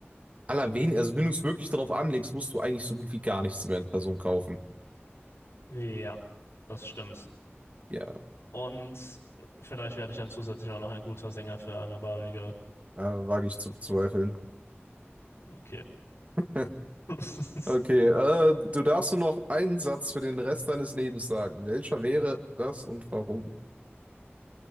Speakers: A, on the right; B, on the left.
A: allerwenig, also wenn du es wirklich darauf anlegst, musst du eigentlich so gut wie gar nichts mehr in Person kaufen.
B: ja, das stimmt.
A: Ja,
B: Und vielleicht werde ich dann zusätzlich auch noch ein guter Sänger für I'm a Barbie Girl.
A: äh, wage ich zu bezweifeln.
B: Okay.
A: <laughs>
B: <laughs>
A: Okay, äh, du darfst nur noch einen Satz für den Rest deines Lebens sagen. Welcher wäre das und warum?